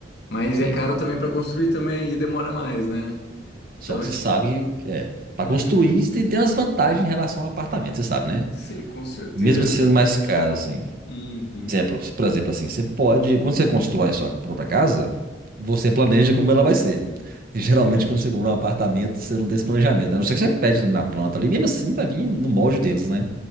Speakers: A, on the left; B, on the right.
A: Mas
B: Sim.
A: é caro também para construir também e demora mais, né?
B: Só
A: Então,
B: que você
A: tipo,
B: sabe que é. Para
A: Uhum.
B: construir, você tem, tem umas vantagens em relação ao apartamento, você sabe, né?
A: Sim, com certeza.
B: Mesmo sendo mais caro, assim.
A: Uhum.
B: Exemplo, por exemplo, assim, você pode, quando você constrói a sua própria casa, você planeja como ela vai ser. E, geralmente,
A: É,
B: quando você compra um apartamento, você não tem esse planejamento. né? A não ser que você pede na planta ali, mesmo assim vai vir no molde deles, né?